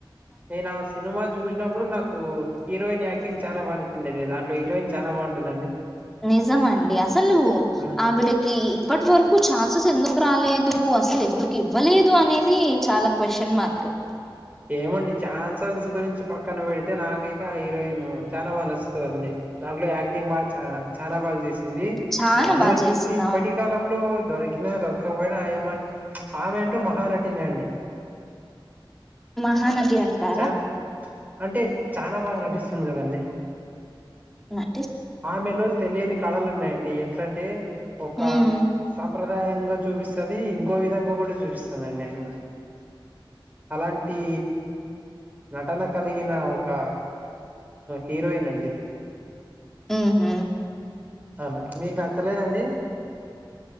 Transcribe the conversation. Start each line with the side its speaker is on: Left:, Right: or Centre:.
Right: నేను ఆ సినిమా చూసినప్పుడు నాకు హీరోయిన్ యాక్టింగ్ చానా బానచ్చిందడి దాంట్లో హీరోయిన్ చానా బాగుంటుందండి
Centre: నిజం అండి అసలు
Right: ఆ
Centre: ఆవిడకి ఇప్పటి వరకు ఛాన్సెస్ ఎందుక్ క్ రాలేదు అసలు ఎందురికి ఇవ్వలేదు అనేది చాలా క్వశ్చన్ మార్క్
Right: ఏమండి ఛాన్సన్స్ గురించి పక్కన పెడితే నాకైతే ఆ హీరోయిన్ చాలా బాగా నచ్చుతదండి దాంట్లో యాక్టింగ్ బా చ చానా బాగా చేసింది ఇంది
Centre: చానా
Right: మళ్ళీ
Centre: బాగా
Right: వచ్చేసి
Centre: చేసింది
Right: ఇప్పటి
Centre: అవును
Right: కాలంలో దొరి కిన దొరకపోయినా ఆయమంట్ ఆమె అంటే మహానటినే అండి
Centre: మహానటి అంటారా
Right: చాలా అంటే చానా బాగా నటిస్ తుంది కదండి
Centre: న
Right: ఆమెలో తెలియని కళలు ఉన్నాయండి ఎట్లాంటే ఒక
Centre: హ్మ్
Right: సంప్ర దాయంగా చూపిస్తది ఇంకో విధంగా కూడా చూపిస్తదండి అమ అలాంటి నటన కలిగిన ఒక హీరోయిన్ అండి
Centre: ఉమ్ హు
Right: అవునండి మీకు నచ్చలేదండి